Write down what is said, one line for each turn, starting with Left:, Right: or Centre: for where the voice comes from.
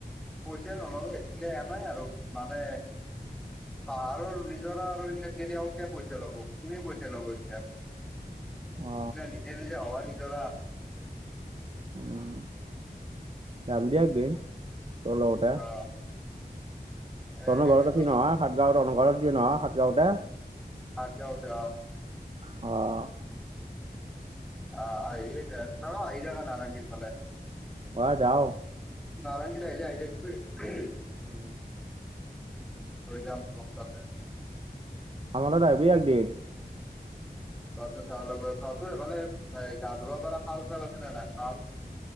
Centre: পইচা নললে সিকে এ নাই আৰু মানে পাহাৰৰ নিজৰা আৰু সেইগিলাকত গলে আৰু কিয় পইচা ল'ব কোনে পইচা লব সেইগিলাক
Right: অ
Centre: এ নিজে-নিজে হৱা নিজৰা।
Right: উম, যাম দে একদিন। চল ঔট
Centre: অ
Right: <unintelligible>
Centre: এ
Right: ৰণ
Centre: সেনেকুৱা
Right: ঘৰত আছেি নহয় সাতগাঁও ঘৰতিয় নহয় সাতগাঁওতে।
Centre: আ' যাওতে
Right: অ',
Centre: অ', আহি থাকা সৱে আহি থাকা নাৰেঙ্গী ফালে
Right: হয় যাও,
Centre: নাৰাংগেৰে আহিলি আহি থাকবি।
Right: উম,
Centre: লৈ যাম তোক তাতে।
Right: আমাৰ তাত আইভি একদিন
Centre: তাৰপিছত তাৰ লগত তাহাতঁৰ এইফালে গা ধুৱা পাৰা খাল চাল আছে নে নাই খাল।